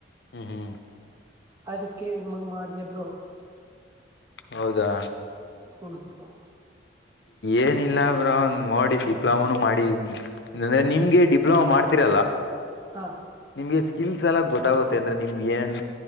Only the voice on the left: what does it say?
ಹ್ಮ್ ಹ್ಮ್
ಹೌದಾ
ಏನಿಲ್ಲ ಬ್ರೋ ಒ ನೋಡಿ ಡಿಪ್ಲೊಮಾನೂ ಮಾಡಿಂದ್ರೆ ನಿಮ್ಗೆ ಡಿಪ್ಲೊಮಾ ಮಾಡ್ತಿರ
ನಿಮಗೆ ಸ್ಕಿಲ್ಸ್ ಎಲ್ಲ ಗೊತ್ತಾಗುತ್ತೆ ಅಂದ್ರೆ ನಿಮ್ ಏನ್